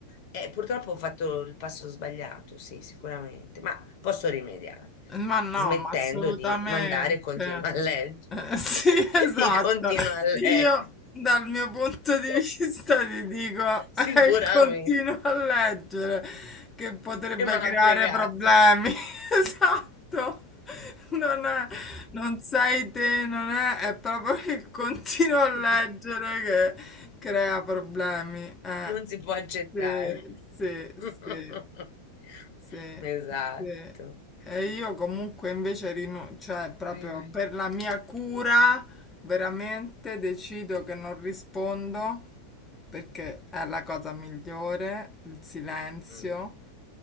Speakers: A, on the left; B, on the left.
A: eh, purtroppo ho fatto il passo sbagliato, sì, sicuramente. Ma posso rimediare
B: Ma no,
A: smettendo
B: ma assolutamente.
A: di mandare continua a leggere
B: Eh, sì,
A: <laughs>
B: <laughs> esatto.
A: i continua a leggere
B: Io dal mio punto di
A: <laughs>
B: vista ti dico,
A: sicuramente
B: eh, continua a leggere che potrebbe
A: che mi ha
B: creare
A: fregato
B: problemi. <laughs> Esatto. Non è, non sei te, non è, è proprio il
A: <laughs>
B: continuo a leggere che crea problemi. Eh,
A: non si può accettare
B: sì, sì,
A: <laughs>
B: sì. Sì,
A: esatto
B: sì. E io comunque invece rinuncio, cioè proprio
A: Ai, ai.
B: per la mia cura veramente decido che non rispondo perché è la cosa migliore, il silenzio.
A: Mm,